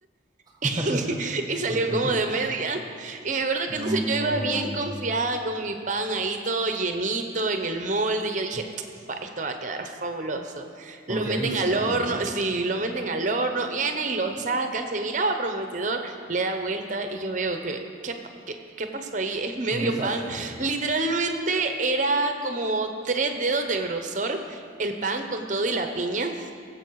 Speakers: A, on the right; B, on the right.
A: <laughs>
B: <laughs> Y salió
A: Ok.
B: como de media. Y me acuerdo que entonces
A: No,
B: yo iba bien confiada con mi pan ahí todo llenito en el molde. Y yo dije, "Fa, esto va a quedar fabuloso. Lo
A: confiadísima
B: meten al horno,
A: tú.
B: sí, lo meten al horno, viene y lo saca, se miraba prometedor, le da vuelta y yo veo que, ¿qué, pa- qué, qué pasó ahí? Es medio
A: Un desastre.
B: pan. Literalmente era como tres dedos de grosor el pan con todo y la piña,